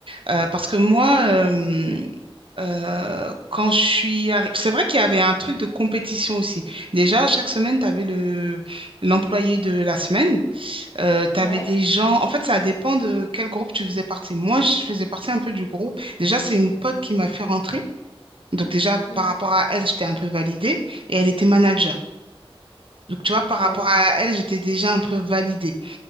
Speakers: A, on the right; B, on the left.
A: Euh, parce que moi, euh, Euh, quand je suis arri- c'est vrai qu'il y avait un truc de compétition aussi. Déjà, chaque semaine, tu avais le... l'employé de la semaine. Euh, tu
B: Ouais.
A: avais des gens. En fait, ça dépend de quel groupe tu faisais partie. Moi, je faisais partie un peu du groupe. Déjà, c'est une pote qui m'a fait rentrer. Donc, déjà,
B: mhm,
A: par rapport à elle, j'étais un peu validée. Et elle était manager. Donc, tu vois,
B: Ok,
A: par rapport
B: ouais.
A: à elle, j'étais déjà un peu validée.